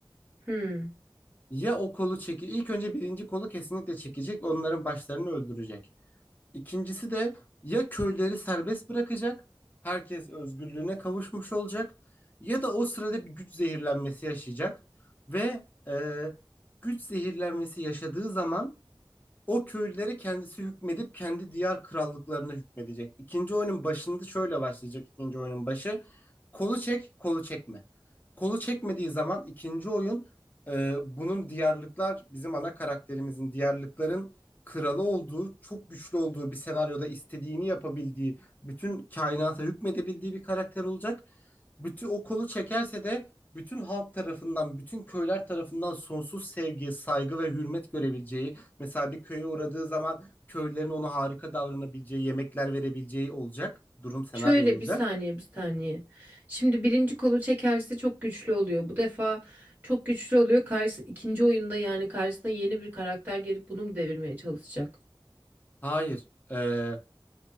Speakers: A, on the right; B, on the left.
A: Hmm.
B: Ya o kolu çeki ilk önce birinci kolu kesinlikle çekecek, onların başlarını öldürecek. İkincisi de ya köyleri serbest bırakacak, herkes özgürlüğüne kavuşmuş olacak ya da o sırada bir güç zehirlenmesi yaşayacak ve e, güç zehirlenmesi yaşadığı zaman o köylülere kendisi hükmedip kendi diyar krallıklarına hükmedecek. İkinci oyunun başında şöyle başlayacak ikinci oyunun başı. Kolu çek, kolu çekme. Kolu çekmediği zaman ikinci oyun e, bunun diyarlıklar bizim ana karakterimizin diyarlıkların kralı olduğu, çok güçlü olduğu bir senaryoda istediğini yapabildiği, bütün kainata hükmedebildiği bir karakter olacak. Bütün o kolu çekerse de bütün halk tarafından, bütün köyler tarafından sonsuz sevgi, saygı ve hürmet görebileceği Mesela bir köye uğradığı zaman köylülerin ona harika davranabileceği, yemekler verebileceği olacak. Durum senaryo
A: Şöyle
B: olacak.
A: bir saniye bir saniye. Şimdi birinci kolu çekerse çok güçlü oluyor. Bu defa çok güçlü oluyor. Karşı, ikinci oyunda yani karşısına yeni bir karakter gelip bunu mu devirmeye çalışacak?
B: Hayır. Ee,